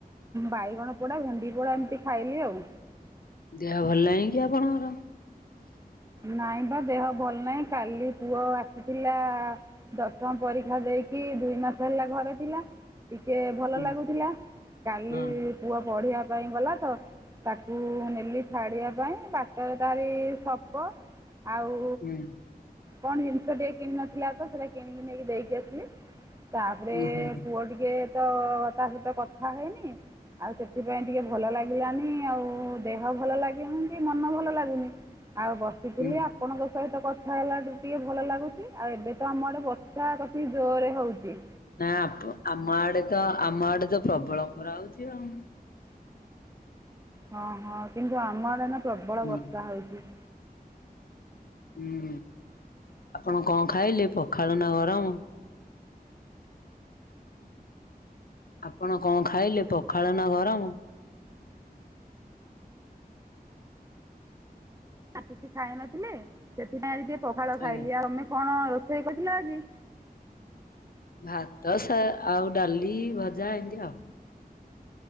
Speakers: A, on the right (about 20°); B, on the left (about 65°).
A: ବାଇଗଣ ପୋଡା, ଭେଣ୍ଡି ପୋଡ଼ା ଏମିତି ଖାଇଲି ଆଉ।
B: ଦେହ ଭଲ ନାହିଁ କି ଆପଣଙ୍କର?
A: ନାଇଁ ବା ଦେହ ଭଲ ନାହିଁ କାଲି ପୁଅ ଆସିଥିଲା ଆ ଦଶମ ପରୀକ୍ଷା ଦେଇକି, ଦୁଇ ମାସ ହେଲା ଘରେ ଥିଲା। ଟିକେ ଭଲ
B: ହୁଁ
A: ଲାଗୁଥିଲା, କାଲି
B: ହଁ
A: ପୁଅ ପଢିବା ପାଇଁ ଗଲା ତ ତାକୁ ନେଲି ଛାଡିବା ପାଇଁ ବାଟରେ ତାରି ସପ ଆଉ
B: ହୁଁ।
A: କଣ ଜିନିଷ ଟିକେ କିଣିନଥିଲା ତ ସେଇଟା କିଣିକି ନେଇକି ଦେଇକି ଆସିଲି? ତାପରେ
B: ହୁଁ ହୁଁ
A: ପୁଅ ଟିକେ ତ ତା ସହିତ କଥା ହେଇନି? ଆଉ ସେଥିପାଇଁ ଟିକେ ଭଲ ଲାଗିଲାନି, ଆଉ ଦେହ ଭଲ ଲାଗନି କି ମନ ଭଲ ଲାଗୁନି। ଆଉ ବସିଥିଲି
B: ହୁଁ ହଁ।
A: ଆପଣଙ୍କ ସହିତ କଥା ହେଲାଠୁ ଟିକେ ଭଲ ଲାଗୁଛି ଆଉ ଏବେ ତ ଆମ ଆଡେ ବସ ତା କତିକି ଜୋରରେ ହଉଛି।
B: ନା ଆପ ଆମ ଆଡେ ତ ଆମ ଆଡେ ତ ପ୍ରବଳ ଖରା ହଉଛି ଆଉ
A: ହଁ ହଁ କିନ୍ତୁ ଆମର ନା ପ୍ରବଳ
B: ହୁଁ
A: ବର୍ଷ ହଉଛି।
B: ହୁଁ ଆପଣ କଣ ଖାଇଲେ? ପଖାଳ ନା ଗରମ ଆପଣ କଣ ଖାଇଲେ? ପଖାଳ ନା ଗରମ
A: କିଛି ଖାଇନଥିଲେ ସେଥିପାଇଁ ଆଜି ଟିକିଏ ପଖାଳ
B: ଆଜ୍ଞା।
A: ଖାଇଲି ଆଉ ଆମେ କଣ ରୋଷେଇ କରିଥିଲା ଆଜି
B: ଭାତ ସ ଆଉ ଡାଲି ଭଜା ଏମିତି ଆଉ